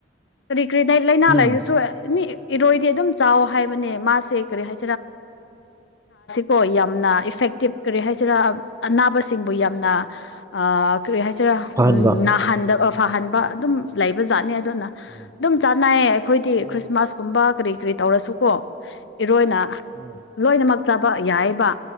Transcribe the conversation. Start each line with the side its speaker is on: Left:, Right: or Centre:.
Left: ꯀꯔꯤ ꯀꯔꯤ ꯂꯥꯏꯅꯥ
Right: ꯎꯝ
Left: ꯂꯩꯥꯏꯔꯒꯁꯨ ꯑꯦꯅꯤ ꯏꯔꯣꯏꯗꯤ ꯑꯗꯨꯝ ꯆꯥꯎ ꯍꯥꯏꯕꯅꯦ ꯃꯥꯁꯦ ꯀꯔꯤ ꯍꯥꯏ ꯣ ꯌꯥꯝꯅ ꯏꯐꯦꯛꯇꯤ ꯀ ꯍꯥꯏꯁꯤꯔ ꯑꯅꯥꯕ ꯌꯥꯝ ꯀ ꯍꯥꯏꯔ
Right: ꯐꯍꯟꯕ
Left: ꯍꯟ ꯐꯍꯟꯕ ꯑꯗꯨꯝ ꯂꯩꯕ ꯖꯥꯠꯅꯤ ꯑꯗꯨꯅ
Right: ꯎꯝ
Left: ꯑꯗꯨꯝ ꯆꯥꯅꯏꯌꯦ ꯑꯩꯈꯣꯏꯗꯤ
Right: ꯎꯝ
Left: ꯈ꯭ꯔꯤꯁꯃꯥꯁꯀꯨꯝꯕ ꯀꯔꯤ ꯀꯔꯤ ꯇꯧꯔꯁꯨꯀꯣ ꯏꯔꯣꯏꯅ
Right: ꯎꯝ
Left: ꯂꯣꯏꯅꯃꯛ ꯆꯥꯕ ꯌꯥꯏꯕ